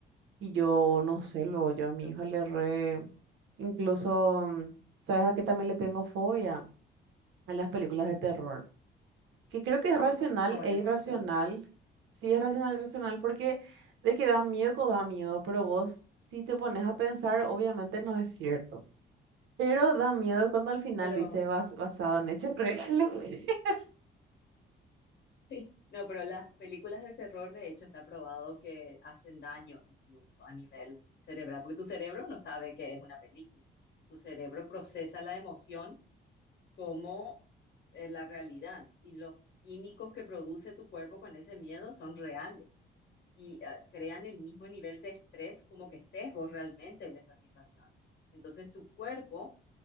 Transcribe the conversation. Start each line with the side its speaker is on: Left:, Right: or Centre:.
Right: Y yo, no sé, luego yo a mi
Left: no.
Right: hija le re... Incluso, mm, ¿sabes a qué también le tengo fobia? A las películas de terror que creo que es racional
Left: Ah, bueno,
Right: e irracional.
Left: eso no me gusta,
Right: Sí, es racional e irracional porque de que da miedo, co- da miedo, pero vos si te pones a pensar, obviamente no es cierto. Pero da miedo cuando al final
Left: pero...
Right: dice bas- basado en hechos reales. <laughs>
Left: <laughs> Sí. No, pero las películas de terror, de hecho, está probado que hacen daño incluso a nivel cerebral, porque tu cerebro no sabe que es una película. Tu cerebro procesa la emoción como eh, la realidad y los químicos que produce tu cuerpo con ese miedo son reales y ah, crean el mismo nivel de estrés como que estés vos realmente en esa situación. Entonces tu cuerpo